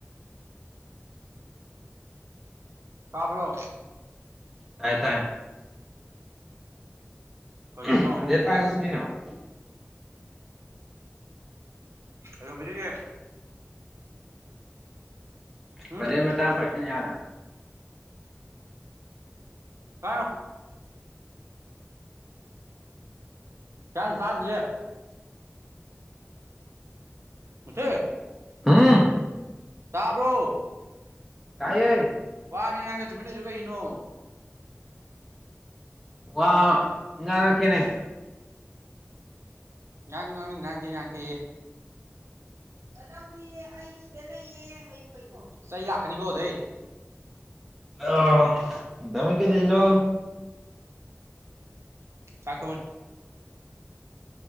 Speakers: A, on the right (about 80°); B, in the centre.
A: ꯇꯥꯕ꯭ꯔꯣ
B: ꯇꯥꯏ ꯇꯥꯏ <unintelligible>
A: ꯀꯩꯗꯧꯔꯤꯅꯣ ꯀꯩꯗꯧꯕꯤꯔꯤꯒꯦ ꯎꯝ
B: ꯄꯥꯅꯤꯔ ꯃꯆꯥꯃ ꯄꯥꯏꯁꯤꯟ ꯌꯥꯔꯦ
A: ꯍꯥ <unintelligible> ꯌꯦ ꯃꯨꯊꯤ
B: ꯍꯨꯝ
A: ꯇꯥꯕ꯭ꯔꯣ
B: ꯇꯥꯏꯌꯦ
A: ꯋꯥꯗꯤ ꯉꯥꯡꯗ ꯇꯨꯃꯤꯟ ꯂꯩꯗꯣ ꯀꯩꯒꯤꯅꯣ
B: ꯋꯥ ꯉꯥꯡꯉꯛ ꯀꯦꯅꯦ
A: ꯉꯥꯡꯖꯨ ꯉꯥꯡꯗꯦ ꯉꯥꯡꯉꯛꯀꯦ ꯌꯦ ꯏꯇꯥꯎꯕꯤ ꯑꯩ ꯁꯤꯗ ꯂꯩꯌꯦ ꯍꯥꯏꯌꯨ ꯀꯩꯅꯣ ꯆꯩ ꯂꯥꯛꯀꯅꯤꯀꯣ ꯑꯗꯩ
B: ꯑꯥ ꯗꯃꯤ ꯀꯩꯗꯣꯏꯅꯣ
A: ꯆꯥꯛ ꯊꯣꯡꯉꯤ